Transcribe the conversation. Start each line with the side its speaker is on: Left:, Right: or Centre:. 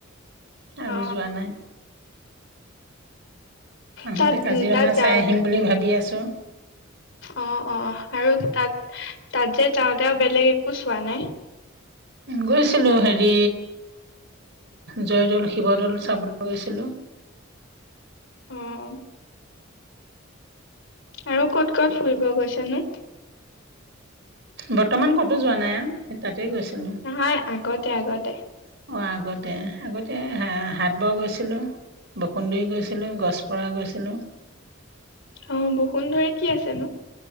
Right: আৰু
Left: অ
Right: যোৱা নাই। আহোঁতে
Left: তাত
Right: কাজিৰঙা
Left: তাত যাওঁ
Right: চাই আহিম বুলি ভাবি আছো।
Left: অ', অ', আৰু তাত তাত যে যাওঁতে বেলেগ একো চোৱা নাই?
Right: গৈছিলোঁ হেৰি জয়দৌল, শিৱদৌল চাবলৈ গৈছিলোঁ।
Left: অ'। আৰু ক'ত ক'ত ফুৰিব গৈছানো?
Right: বৰ্তমান ক'তো যোৱা নাই আৰু তাতেই গৈছিলো।
Left: নহয় আগতে আগতে?
Right: অ', আগতে, আগতে হা-হাটবৰ গৈছিলো। বসুন্ধৰী গৈছিলো গছপৰা গৈছিলোঁ।
Left: অ', বসুন্ধৰিত কি আছেনো?